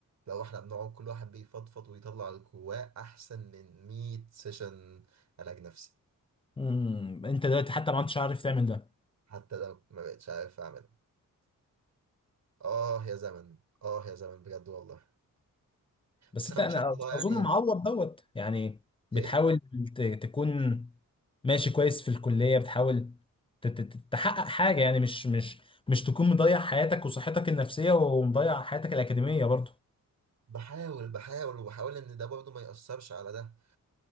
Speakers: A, on the right (about 55°); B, on the left (about 15°).
A: لو احنا بنقعد كل واحد بيفضفض ويطلع اللي جواه أحسن من 100 سيشن علاج نفسي
B: امم مم، انت دلوقتي حتى ما عدتش عارف تعمل ده
A: حتى لو ما بقتش عارف أعملها آه يا زمن آه يا زمن بجد والله
B: بس
A: بس أنا
B: انت
A: إن
B: انا
A: شاء الله يعني
B: اظن معوض دوت يعني بتحاول
A: إيه
B: ت- تكون ماشي كويس في الكليه بتحاول ت- ت- ت- تحقق حاجه يعني مش مش مش تكون مضيع حياتك وصحتك النفسيه ومضيع حياتك الاكاديميه برضو
A: بحاول بحاول وبحاول إن ده برضه ما يأثرش على ده